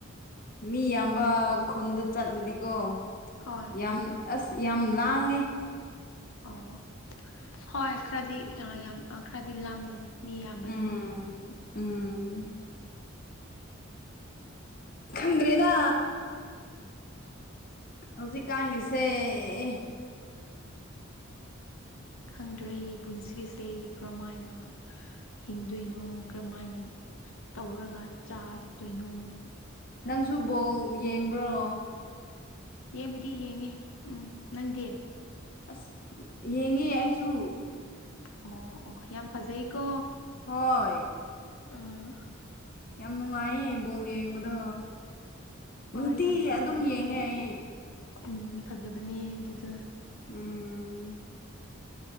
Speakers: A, on the left; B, on the left.
A: ꯃꯤ ꯑꯌꯥꯝꯕ ꯈꯨꯟꯗ ꯆꯠꯂꯗꯤꯀꯣ
B: ꯍꯣꯏ
A: ꯌꯥꯝ ꯑꯁ ꯌꯥꯝ ꯂꯥꯡꯉꯦ
B: ꯑꯣ ꯍꯣꯏ ꯈꯔꯗꯤ ꯌꯥꯝ ꯈꯔꯗꯤ ꯂꯥꯡꯕꯅꯤ ꯃꯤ ꯌꯥꯝꯕꯅꯤꯅꯀꯣ
A: ꯎꯝ ꯎꯝ ꯈꯪꯗ꯭ꯔꯦꯗ ꯍꯧꯖꯤꯛꯀꯉꯁꯦ ꯑꯦ
B: ꯈꯪꯗ꯭ꯔꯦ ꯄꯨꯟꯁꯤꯁꯦ ꯀꯔꯝꯃꯥꯏꯅ ꯍꯤꯡꯗꯣꯏꯅꯣ ꯀꯔꯝꯍꯥꯏꯅ ꯇꯧꯔꯒ ꯆꯥꯇꯣꯏꯅꯣ
A: ꯅꯪꯁꯨ ꯕꯣꯜ ꯌꯦꯡꯕ꯭ꯔꯣ
B: ꯌꯦꯡꯕꯨꯗꯤ ꯌꯦꯡꯉꯤ ꯎꯝ ꯅꯪꯗꯦ
A: ꯑꯁ ꯌꯦꯡꯉꯦ ꯑꯩꯁꯨ
B: ꯑꯣ ꯑꯣ ꯌꯥꯝ ꯐꯖꯩꯀꯣ
A: ꯍꯣꯏ
B: ꯑꯥ
A: ꯌꯥꯝ ꯅꯨꯡꯉꯥꯏꯌꯦ ꯕꯣꯜ ꯌꯦꯡꯕꯗꯣ
B: ꯍꯣꯏ
A: ꯅꯨꯡꯇꯤ
B: ꯌꯥꯝ ꯐꯖꯕꯅꯦ
A: ꯑꯗꯨꯝ ꯌꯦꯡꯉꯦ ꯑꯩ
B: ꯎꯝ ꯐꯖꯕꯅꯦ ꯑꯗꯨꯗꯣ
A: ꯎꯝ